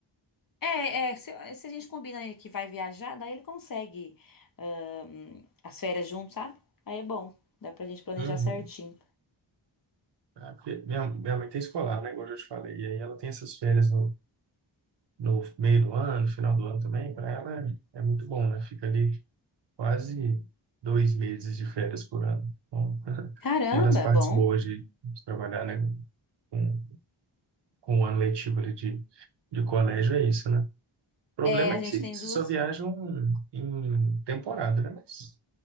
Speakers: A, on the left (about 45°); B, on the right (about 60°).
A: É, é, se, se a gente combina aí que vai viajar, daí ele consegue ahn, as férias junto, sabe? Aí é bom, dá pra gente planejar
B: Uhum.
A: certinho.
B: Ah, porque minha, minha mãe tem escolar, né? Igual eu já te falei. E aí ela tem essas férias no, no meio do ano, no final do ano também. Para ela é, é muito bom, né? Fica ali quase dois meses de férias por ano. Então,
A: Caramba,
B: Uma das partes
A: bom.
B: boas de, de trabalhar, né, com, com o ano letivo ali de, de colégio é isso, né? O problema
A: É, a
B: é que
A: gente
B: se,
A: tem
B: se
A: duas.
B: só viajam em temporada, né? Mas